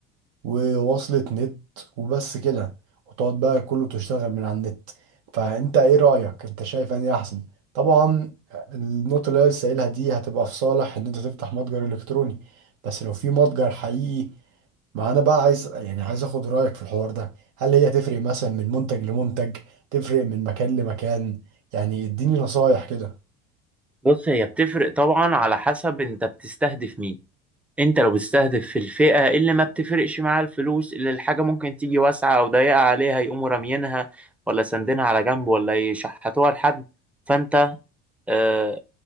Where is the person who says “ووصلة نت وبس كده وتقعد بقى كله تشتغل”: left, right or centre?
Right